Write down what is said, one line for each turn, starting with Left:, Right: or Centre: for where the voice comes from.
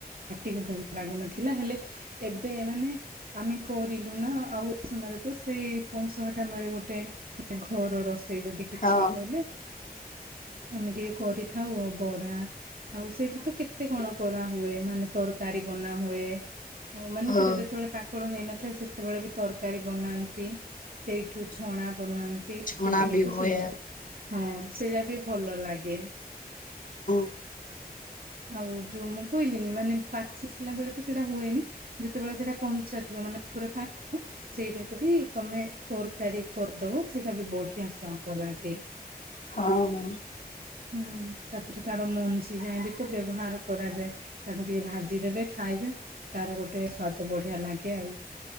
Right: ପାଟିକୁ ଭଲ ଲାଗୁନଥିଲା ହେଲେ ଏବେ ମାନେ ଆମେ କରିଲୁ ନା ଆଉ ଏ ସମୟରେ ତ ସେଇ ପଣସ ଆକା ମିଳେ ଗୋଟେ। ଘରର ସେ ଯଦି କିଛି
Left: ହଁ
Right: କହିଲେ ଆମେ ଟିକେ କରିଥାଉ ଆଉ ବରା। ଆଉ ସେଇଠୁ ତ କେତେ କଣ କରା ହୁଏ ମାନେ ତରକାରୀ ବନା ହୁଏ। ହଉ ମାନେ
Left: ହଁ
Right: ସେଟା ଯେତେବେଳେ ପା କଳ ହେଇନଥାଏ ସେତେବେଳେ ବି ତରକାରୀ ବନାନ୍ତି ସେଇଠୁ ଛଣା ବନାନ୍ତି
Left: ଛୋଣା
Right: କେହି କେହି
Left: ବି
Right: ତ
Left: ହୁଏ।
Right: ସେ ହଁ ସେଇଟା ବି ଭଲ ଲାଗେ।
Left: <inaudible>
Right: ଆଉ ଯୋଉ ମୁଁ କହିଲିିନି ମାନେ ପାଚି ସିଲା ବେଳେ ତ ସେଇଟା ହୁଏନି। ଯେତେବେଳେ ସେଇଟା କଞ୍ଚା ଥିବ ମାନେ ପୁରା ପାଖକୁ ସେଇଟାକୁ ବି ତମେ ତରକାରୀ କରିଦବ ସେଇଟା ବି ବଢିଆ ସ୍ଵାଦ ଲାଗେ।
Left: ହଁ ହଁ।
Right: ହୁଁ ତାପରେ ତାର ମଞ୍ଜି ଯାଏଁ ବି ତ ବ୍ୟବହାର କରାଯାଏ। ତାକୁ ଟିକେ ଭାଜିଦେବେ ଖାଇବେ ତାର ଗୋଟେ ସ୍ଵାଦ ବଢିଆ ଲାଗେ ଆଉ।